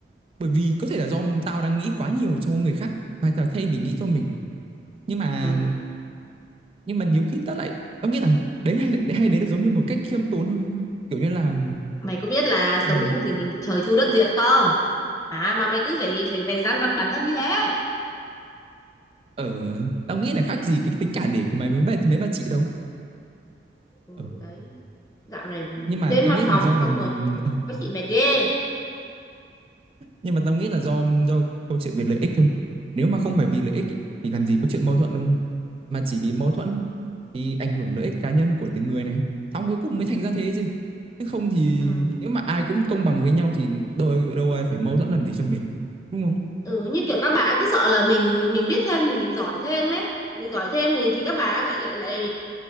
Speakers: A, on the right; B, on the left.
A: bởi vì có thể là do tao đang nghĩ quá nhiều cho người khác và tao thay vì nghĩ cho mình nhưng mà
B: à,
A: nhưng mà nhiều khi tao lại tao nghĩ là đấy hay là- hay đấy là giống như một cách khiêm tốn hơn không kiểu như là
B: mày có biết là
A: hàng
B: sống không vì mình trời chu đất diệt không hả mà mày cứ phải phải phải dằn vặt bản thân như thế
A: ở tao nghĩ là khác gì cái tính cả nể của mày với mấy, mấy bà chị đâu
B: ừ,
A: Ờ,
B: đấy dạo này
A: nhưng mà
B: đến
A: tao
B: văn
A: nghĩ là
B: phòng
A: do là
B: xong rồi
A: ờ
B: có chị mệt ghê
A: nhưng mà tao nghĩ là do do câu chuyện về lợi ích thôi nếu mà không phải vì lợi ích ý, thì làm gì có chuyện mâu thuẫn đúng không mà chỉ vì mâu thuẫn thì ảnh hưởng lợi ích cá nhân của từng người này xong cuối cùng mới thành ra thế chứ chứ không thì
B: ừ.
A: nếu mà ai cũng công bằng với nhau thì đâu đâu ai phải mâu thuẫn làm gì cho mệt đúng không
B: ừ, như kiểu các bà cứ sợ là mình mình biết thêm thì mình giỏi thêm ấy mình giỏi thêm thì thì các bà lại lại lại